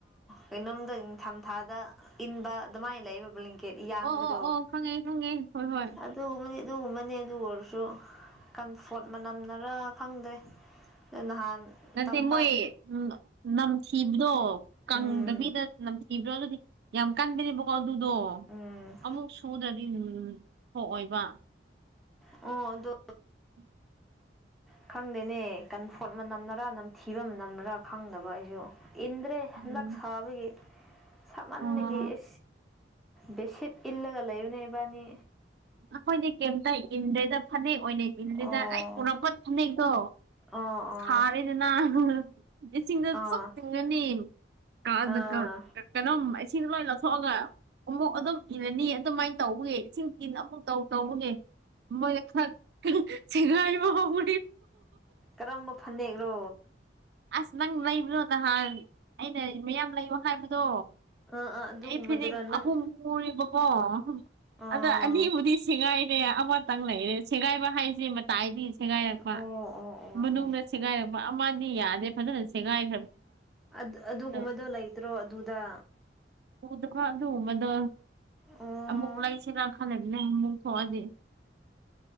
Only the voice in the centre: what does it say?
ꯀꯩꯅꯣꯝꯗ ꯅꯤꯡꯊꯝꯊꯥꯗ ꯏꯟꯕ ꯑꯗꯨꯃꯥꯏꯅ ꯂꯩꯕꯕꯨ ꯌꯥꯡꯕꯗꯣ
ꯑꯗꯨ ꯑꯗꯨꯒꯨꯝꯕꯅꯦ ꯑꯗꯨ ꯑꯣꯏꯔꯁꯨ ꯀꯟꯐꯣꯔꯠ ꯃꯅꯝꯅꯔ ꯈꯪꯗ꯭ꯔꯦ ꯑꯗꯨ ꯅꯍꯥꯟ
ꯇꯝꯄꯥꯛ
ꯎꯝ
ꯎꯝ
ꯑꯣ ꯑꯗꯨ
ꯈꯪꯗꯦꯅꯦ ꯀꯟꯐꯣꯠ ꯑꯃ ꯅꯝꯅꯔꯥ ꯅꯝꯊꯤꯕ ꯑꯃ ꯅꯝꯅꯔꯥ ꯈꯪꯗꯕ ꯑꯩꯁꯨ ꯏꯟꯗ꯭ꯔꯦ
ꯍꯟꯗꯛ ꯁꯥꯕꯒꯤ ꯁꯃꯟꯒꯤ
ꯑꯦ ꯕꯦꯁꯤꯠ ꯏꯜꯂꯒ ꯂꯩꯕꯅꯦ ꯏꯕꯥꯅꯤ
ꯑꯣ
ꯑꯣ ꯑꯣ
ꯑꯥ
ꯑꯥ
ꯀꯔꯝꯕ ꯐꯅꯦꯛ꯭ꯔꯣ
ꯑꯥ ꯑꯥ ꯑꯗꯨꯒꯨꯝꯕꯗꯨꯔ
ꯅꯪ
ꯑꯥ
ꯑꯣ ꯑꯣ ꯑꯣ
ꯑꯣ
ꯑꯗꯨ ꯑꯗꯨꯒꯨꯝꯕꯗꯣ
ꯂꯩꯇ꯭ꯔꯣ ꯑꯗꯨꯗ
ꯑꯣ